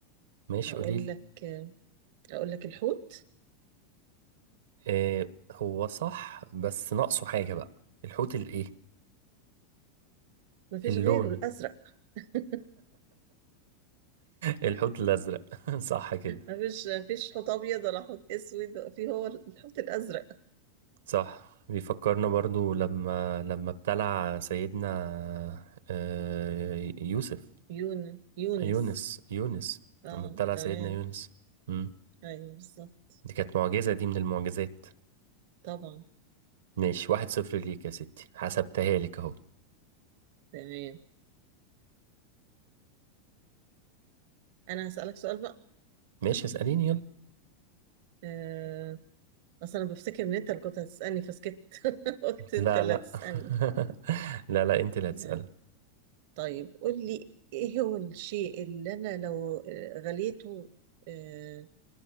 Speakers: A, on the right (about 85°); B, on the right (about 65°).
A: ماشي
B: هقول
A: قوليلي
B: لك هقول لك الحوت
A: إيه هو صح بس ناقصه حاجة بقى الحوت الايه
B: مفيش
A: اللون
B: غيره الأزرق
A: <laughs>
B: <laughs>
A: الحوت الأزرق <laughs> صح كده
B: مفيش مفيش حوت أبيض ولا حوت أسود في هو الحوت الأزرق
A: صح بيفكرنا برضو لما لما ابتلع سيدنا آه، يوسف
B: يون يونس
A: يونس يونس
B: اه
A: لما ابتلع
B: تمام
A: سيدنا يونس مم.
B: أيوه بالظبط
A: دي كانت معجزة دي من المعجزات
B: طبعا
A: ماشي واحد صفر ليك يا ستي حسبتها لك اهو
B: تمام أنا هسألك سؤال بقى
A: ماشي اسأليني يلا
B: آه. أصل أنا بفتكر إن أنت اللي كنت هتسألني فسكت <laughs> قلت أنت
A: لا
B: اللي
A: لا
B: هتسألني
A: <laughs> لا لا انت اللي هتسألي
B: آه. طيب قول لي ايه هو الشيء اللي انا لو آه، غليته آه،